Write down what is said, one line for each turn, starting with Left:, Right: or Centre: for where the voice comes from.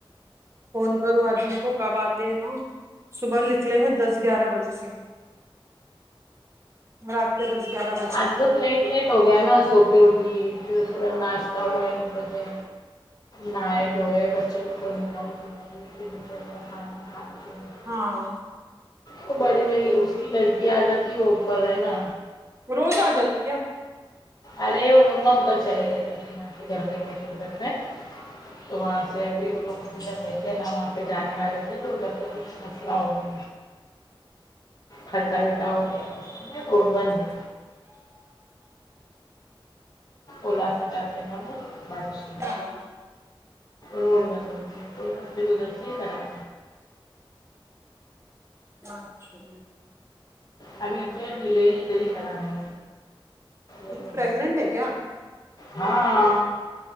Right: فون کروں آدمی کو کب آتے ہیں انہو صبح نکلے ہیں دس گیارہ بجے سے رات کے دس گیارہ بج
Left: آج
Right: گئے
Left: بہت لیٹ لیٹ ہو گیا نا سو کے اٹھی پھر اس کا ناشتہ وائٹ بجے نہائے دھوئے بچے لوگ کو نہلائی دھلائی پھر بچے کا کھانا کھاتے ہیں
Right: ہاں
Left: وہ بڑی والی اس کی لڑکی آ جاتی وہ اوپر رہے نا
Right: وہ روز آ جاتی کیا
Left: ارے وہ لوگاں ادھر چلے گئے <unintelligible> تو وہاں سے ابھی وہ لوگ کدھر رہ کیا نہ وہاں پہ جانے والے تھے تو ادھر سے کچھ مسئلہ ہو گیا کھڈا وڈا ہو گیا ہے روڈ بند ہے اولا سے جاتے ہیں نہ بارش
Right: ہاں
Left: روڈ بن رہی ہے پھر ادھر سے ادھر آے
Right: اچھا جی
Left: ہمیں <unintelligible> ڈلیوری ادھر کرانے ہے نا
Right: پرگنینٹ ہے کیا
Left: ہاں